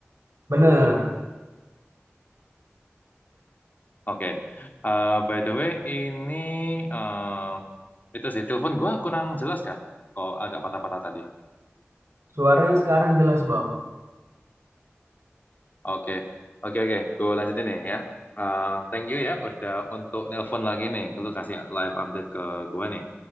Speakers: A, on the right (about 80°); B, on the left (about 40°).
A: Bener,
B: Oke. Eh, by the way, ini eh, itu sih telepon gua kurang jelas kah? Kok agak patah-patah tadi.
A: suaranya sekarang jelas Bang.
B: Oke, oke, oke. Gue lanjutin nih ya. Eh, thank you ya, udah untuk nelpon lagi nih. Lu kasih live update ke gua nih.